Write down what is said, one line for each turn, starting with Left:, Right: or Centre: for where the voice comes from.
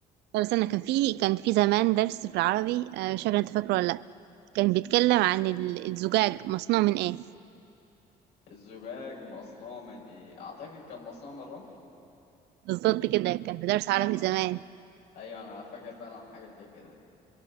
Right: طب استنى كان في كان في زمان درس في العربي آه، مش فاكرة انت فاكره ولا لأ كان بيتكلم عن ال- الزجاج مصنوع من ايه
Left: الزجاج مصنوع من إيه؟ أعتقد كان مصنوع من الرمل
Right: بالظبط كده كان في درس
Left: الرمل
Right: عربي زمان
Left: أيوه أنا فاكر فعلا حاجة زي كده